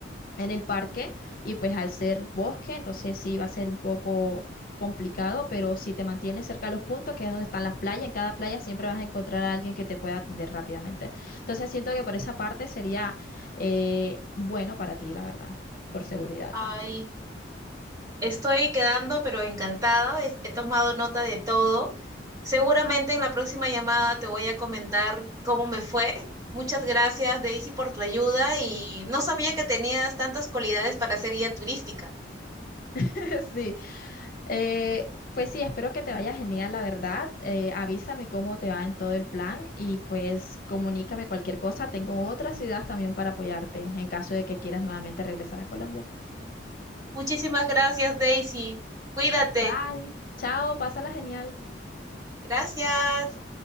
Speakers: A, on the left; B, on the right.
A: en el parque y pues al ser bosque, entonces sí va a ser un poco complicado, pero si te mantienes cerca de los puntos, que es donde están las playas, en cada playa siempre vas a encontrar a alguien que te pueda atender rápidamente. Entonces siento que por esa parte sería eh, bueno para ti, la verdad, por seguridad.
B: Ay, estoy quedando, pero encantada, es- he tomado nota de todo. Seguramente en la próxima llamada te voy a comentar cómo me fue. Muchas gracias, Daisy, por tu ayuda y no sabía que tenías tantas cualidades para ser guía turística.
A: <laughs> Sí. Eh, pues sí, espero que te vaya genial, la verdad. Eh, avísame cómo te va en todo el plan y pues comunícame cualquier cosa. Tengo otras ideas también para apoyarte en caso de que quieras nuevamente regresar a Colombia.
B: Muchísimas gracias, Daisy. Cuídate.
A: Bye. Chao, pásala genial.
B: Gracias.